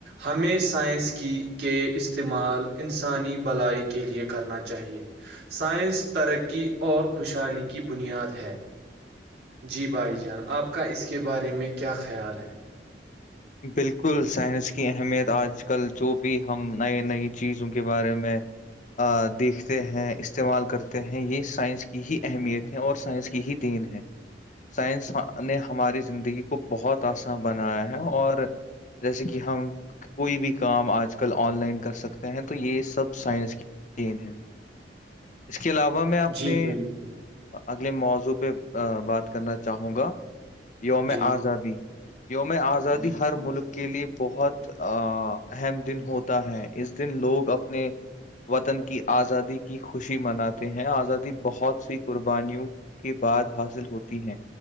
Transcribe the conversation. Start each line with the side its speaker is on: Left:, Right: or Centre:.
Right: ہمیں سائنس کی کے استعمال انسانی بلائی کے لیے کرنا چاہیے سائنس ترقی اور خوشحالی کی بنیاد ہے جی بھائی جان آپ کا اس کے بارے میں کیا خیال ہے
Left: بالکل سائنس کی اہمیت آج کل جو بھی ہم نئی نئی چیزوں کے بارے میں دیکھتے ہیں استعمال کرتے ہیں یہ سائنس کی ہی اہمیت ہے اور سائنس کی ہی تین ہے سائنس نے ہماری زندگی کو بہت آسان بنایا ہے اور جیسے کہ ہم کوئی بھی کام آج کل آن لائن کر سکتے ہیں تو یہ سب سائنس کی تین ہے اس کے علاوہ میں اپنے
Right: جی بالکل
Left: اگلے موضوع پہ بات کرنا چاہوں گا یوم
Right: جی
Left: آزادی یوم آزادی
Right: جی
Left: ہر ملک کے لیے بہت ا اہم دن ہوتا ہے اس دن لوگ اپنے وطن کی آزادی کی خوشی مناتے ہیں آزادی بہت سی قربانیوں کے بعد حاصل ہوتی ہیں